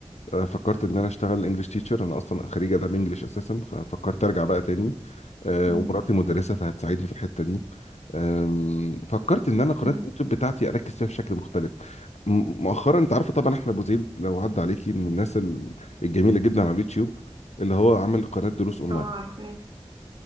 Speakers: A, on the left; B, on the right.
A: فكرت ان انا اشتغل انجلش تيتشر انا اصلا خريج اداب انجلش اساسا ففكرت ارجع بقى تاني آه،
B: م-
A: ومراتي مدرسه فهتساعدني في الحته دي أم، فكرت ان انا قناه
B: م.
A: اليوتيوب بتاعتي اركز فيها بشكل مختلف م- مؤخرا انت عارفه طبعا احمد ابو زيد لو عدى عليكي من الناس ال- الجميله جدا على اليوتيوب اللي هو عمل قناه دروس اونلاين
B: اه عارفاه